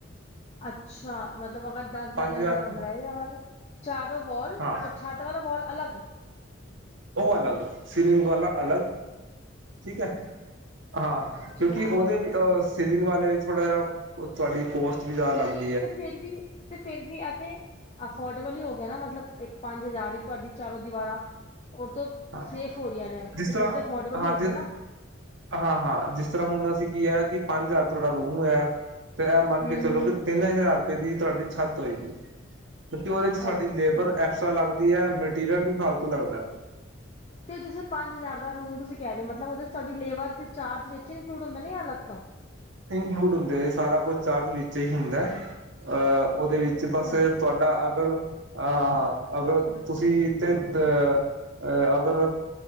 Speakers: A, on the left; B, on the right.
A: ਅੱਛਾ, ਮਤਲਬ ਅਗਰ ਦਸ
B: ਪੰਜ
A: ਬਾਏ ਦਸ
B: ਹਜ਼ਾਰ
A: ਦਾ ਕਮਰਾ ਹੈ। ਅਗਰ ਚਾਰੋਂ ਵਾਲ
B: ਹਾਂ
A: ਔਰ ਛੱਤ ਵਾਲਾ ਵਾਲ ਅਲਗ।
B: ਉਹ ਅਲਗ ਸੀਲਿੰਗ ਵਾਲਾ ਅਲੱਗ। ਠੀਕ ਹੈ, ਹਾਂ ਕਿਉਂਕਿ
A: ਠੀਕ
B: ਉਹਦੇ
A: ਹੈ
B: ਵਿੱਚ। ਅ ਸਲਿੰਗ ਵਾਲੇ ਵਿੱਚ ਥੋੜਾ ਜਿਹਾ ਤੁਹਾਡੀ ਕੋਸਟ ਵੀ ਜ਼ਿਆਦਾ ਲੱਗਦਾ।
A: ਤੇ ਫਿਰ ਵੀ ਤੇ ਫਿਰ ਵੀ ਇਥੇ ਅਫੋਰਡੇਬਲ ਹੀ ਹੋ ਗਿਆ ਨਾ ਮਤਲਬ ਇੱਕ ਪੰਜ ਹਜ਼ਾਰ ਹੀ ਤੁਹਾਡੀ। ਚਾਰੋਂ ਦੀਵਾਰਾਂ ਉਹ ਤੋਂ
B: ਹਾਂ
A: ਸੇਫ ਹੋ ਰਹੀਆਂ ਨੇ
B: ਜਿਸ
A: ਤੇ
B: ਤਰ੍ਹਾਂ
A: ਫਿਰ ਤੇ ਅਫੋਰਡੇਬਲ ਹੀ
B: ਹਾਂ
A: ਹੋ ਗਿਆ
B: ਜ
A: ਨਾ।
B: ਹਾਂ ਹਾਂ ਜਿਸ ਤਰ੍ਹਾਂ ਹੁਣ ਅਸੀਂ ਕੀ ਹੈ ਕਿ ਪੰਜ ਹਜ਼ਾਰ ਤੁਹਾਡਾ ਰੂਮ ਹੋਇਆ ਤੇ ਇਹ ਮੰਨ
A: ਹੂੰ
B: ਕੇ ਚਲੋ
A: ਹੂੰ
B: ਕਿ ਤਿੰਨ ਹਜ਼ਾਰ ਰੁਪਏ ਦੀ ਤੁਹਾਡੀ ਛੱਤ ਹੋਈ ਕਿਉਂਕਿ ਉਹਦੇ ਚ ਸਾਡੀ
A: ਅੱਛਾ
B: ਲੇਬਰ ਐਕਸਟਰਾ ਲੱਗਦੀ ਹੈ ਮਟੀਰੀਅਲ ਵੀ ਫਾਲਤੂ ਲੱਗਦਾ
A: ਤੇ ਜਿੱਂ ਪੰਜ ਹਜ਼ਾਰ ਦਾ ਰੂਮ ਤੁਸੀਂ ਕਹਿ ਰਹੇ ਹੋ ਮਤਲਬ ਉਹਦੇ ਤੁਡੀ ਲੇਬਰ। ਚਾਰਜ ਵਿੱਚ ਗੁੜ ਵਧੀਆ ਲੱਗਦਾ।
B: ਇਨਕਲੂਡ ਹੁੰਦੇ ਜ ਸਾਰਾ ਕੁਛ ਚਾਰਜ ਵਿੱਚ ਹੀ ਹੁੰਦਾ ਅਹ ਉਹਦੇ ਵਿੱਚ
A: ਅੱਛਾ
B: ਬਸ। ਤੁਹਾਡਾ ਅਗਰ ਹਾਂ ਹਾਂ ਅਗਰ ਤੁਸੀਂ ਤੇ ਅਹ ਅਹ ਅਗਰ